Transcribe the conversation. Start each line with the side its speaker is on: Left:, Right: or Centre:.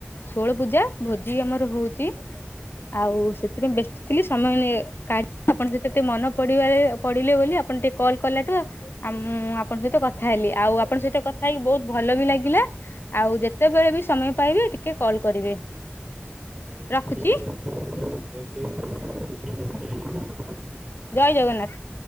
Left: ଷୋଳ ପୂଜା ଭୋଜି ଆମର ହଉଛି! ଆଉ ସେଥିପାଇଁ ବ୍ୟସ୍ତ ଥିଲି ସମୟ ହେଲେ କଥା ହେବି ଆପଣ ସେତ ଟିକେ ମନ ପଡିବାରେ ପଡିଲେ ବୋଲି ଆପଣ ଟିକେ କଲ୍ କଲାଠୁ ଆଉ ଆ ମୁଁ ଆପଣଙ୍କ ସହିତ କଥା ହେଲି ଆଉ ଆପଣଙ୍କ ସହିତ କଥା ହେଇକି ବହୁତ ଭଲ ବି ଲାଗିଲା! ଆଉ ଯେତେବେଳେ ବି ସମୟ ପାଇବେ ଟିକେ କଲ୍ କରିବେ!
Right: ଆଜ୍ଞା
Left: ରଖୁଛି
Right: ଠିକ୍ ଅଛି କୁହନ୍ତୁ ଠିକ୍ ଅଛି! <unintelligible>
Left: ଜୟ ଜଗନ୍ନାଥ!